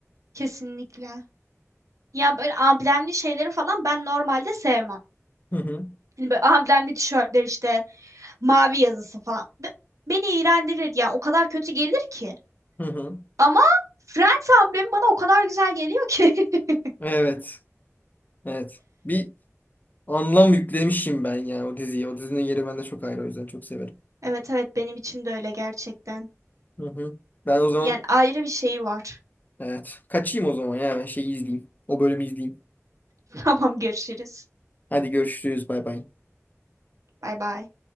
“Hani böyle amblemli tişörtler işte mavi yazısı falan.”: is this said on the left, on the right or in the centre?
Right